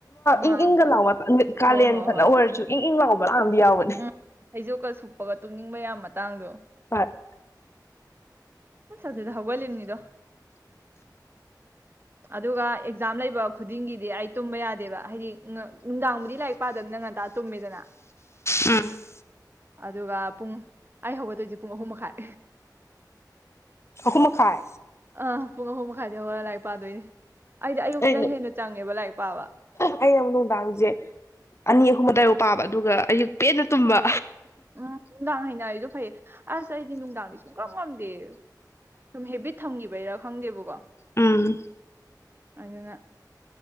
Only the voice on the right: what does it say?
ꯅꯣꯡꯉꯥꯜꯂꯛꯄꯗ
ꯍꯣꯏ ꯍꯣꯏ
ꯍꯣꯏ
ꯎꯝ
ꯐꯩꯖꯣꯞꯀ ꯁꯨꯞꯄꯒ ꯇꯨꯝꯅꯤꯡꯕ ꯌꯥꯝ ꯃꯇꯥꯡꯗꯣ
ꯑꯁ ꯑꯗꯨꯗ ꯍꯧꯒꯠꯂꯤꯕꯅꯤꯗꯣ ꯑꯗꯨꯒ ꯑꯦꯛꯖꯥꯝ ꯂꯩꯕ ꯈꯨꯗꯤꯡꯒꯤꯗꯤ ꯑꯩ ꯇꯨꯝꯕ ꯌꯥꯗꯦꯕ ꯍꯥꯏꯗꯤ ꯅꯨꯡꯗꯥꯡꯕꯨꯗꯤ ꯂꯥꯏꯔꯤꯛ ꯄꯥꯗꯕꯅꯤꯅ ꯉꯟꯇꯥ ꯇꯨꯝꯃꯤꯗꯅ
ꯑꯗꯨꯒ ꯄꯨꯡ ꯑꯩ ꯍꯧꯒꯠꯗꯣꯏꯖꯦ ꯄꯨꯡ ꯑꯍꯨꯝ ꯃꯈꯥꯏ
ꯑꯥ ꯄꯨꯡ ꯑꯍꯨꯝ ꯃꯈꯥꯏꯗꯒꯤ ꯍꯧꯔꯒ ꯂꯥꯏꯔꯤꯛ ꯄꯥꯗꯣꯏꯅꯦ ꯑꯩꯗꯤ ꯑꯌꯨꯛꯅ
ꯍꯦꯟꯅ ꯆꯪꯉꯦꯕ ꯂꯥꯏꯔꯤꯛ ꯄꯥꯕ
ꯎꯝ ꯅꯨꯡꯗꯥꯡ ꯍꯥꯏꯅꯔꯤꯗꯣ ꯐꯩꯌꯦ ꯑꯁ ꯑꯩꯗꯤ ꯅꯨꯡꯗꯥꯡꯗꯤ ꯁꯨꯡꯀꯞ ꯐꯝꯗꯦ ꯁꯨꯝ ꯍꯦꯕꯤꯠ ꯊꯝꯈꯤꯕꯩꯔꯥ ꯈꯪꯗꯦꯕꯀꯣ
ꯑꯗꯨꯅ